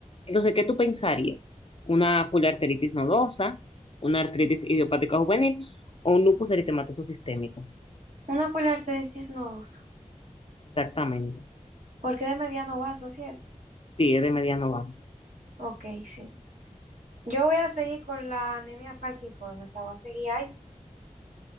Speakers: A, on the left; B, on the right.
A: Entonces, ¿qué tú pensarías? ¿Una poliarteritis nodosa, una artritis idiopática juvenil o un lupus eritematoso sistémico?
B: Una poliarteritis nodosa.
A: Exactamente.
B: Porque de mediano vaso, ¿cierto?
A: Sí, es de mediano vaso.
B: Ok, sí. Yo voy a seguir con la anemia falciforme, o sea, voy a seguir ahí.